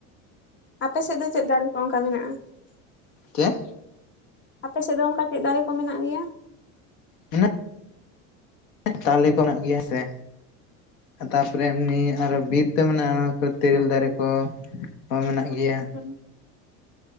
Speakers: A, on the left (about 30°); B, on the left (about 75°).
A: ᱟᱯᱮ ᱥᱮᱫ ᱫᱚ ᱪᱮᱫ ᱫᱟᱨᱮ ᱠᱚ ᱚᱱᱠᱟ ᱢᱮᱱᱟᱜᱼᱟ᱾ᱟᱯᱮ
B: ᱪᱮᱫ
A: ᱥᱮᱫ ᱫᱚ ᱚᱱᱠᱟ ᱪᱮᱫ ᱫᱟᱨᱮ ᱠᱚ ᱢᱮᱱᱟᱜ ᱜᱮᱭᱟ?
B: ᱢᱮᱱᱟᱜ ᱛᱟᱞᱮ ᱠᱚ ᱢᱮᱱᱟᱜ ᱜᱮᱭᱟ ᱦᱮᱸᱥᱮ ᱛᱟᱯᱚᱨᱮ ᱮᱢᱱᱤ ᱟᱨᱚ ᱵᱤᱨ ᱛᱮ ᱢᱮᱱᱟᱜᱼᱟ ᱚᱱᱟ ᱠᱚ ᱛᱮᱨᱮᱞ ᱫᱟᱨᱮ ᱠᱚ ᱢᱮᱱᱟᱜ ᱜᱮᱭᱟ ᱾
A: <unintelligible>